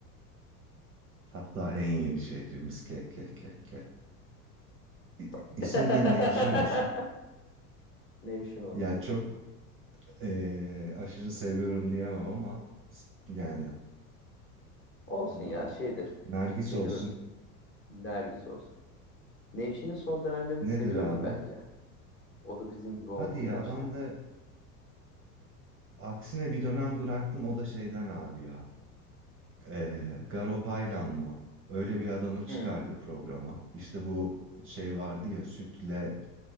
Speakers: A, on the right (about 30°); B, on the left (about 25°).
A: Hatta en yeni şehrimiz. Ke ke ke ke. İ-
B: <laughs>
A: İsim de Nevşin olsun.
B: Nevşin olsun.
A: Ya çok Ee, aşırı seviyorum diyemem ama yani
B: Olsun ya
A: aha.
B: şeydir.
A: Nergis
B: Nedir
A: olsun.
B: o? Nergis olsun. Nevşin'in son dönemlerini
A: Nedir
B: seviyorum
A: abi?
B: ben ya. O da bizim gibi
A: Hadi
B: olgunlaştı.
A: ya ben de aksine bir dönem bıraktım o da şeyden abi ya. Ee, Garo Paylan mı? Öyle bir adamı çıkardı
B: Hı
A: programa. İşte bu şey vardı ya Sütle